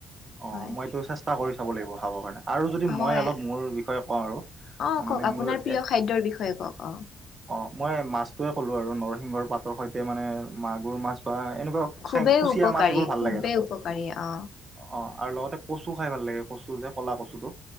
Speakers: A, on the right; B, on the left.
A: অ'
B: হয়
A: মই এইটো চেষ্টা কৰি চাব লাগিব খাবৰ কাৰণে। আৰু যদি মই
B: হয়
A: অলপ মোৰ বিষয়ে কওঁ আৰু
B: অ কওক
A: মানে
B: আপোনাৰ
A: মোৰ
B: প্ৰিয়
A: এ
B: খাদ্যৰ বিষয়ে কৱক? অ‌।
A: অ মই মাছটোৱে ক'লো আৰু নৰসিংহৰ পাতৰ সৈতে মানে মাগুৰ মাছ বা এনেকুৱা
B: খুবেই
A: চেং কুচিয়া
B: উপকাৰী,
A: মাছ এইবোৰ ভাল
B: খুবেই
A: লাগে আৰু
B: উপকাৰী অ।
A: অ, আৰু লগতে কচু খাই ভাল লাগে, কচু যে ক'লা কচুটো।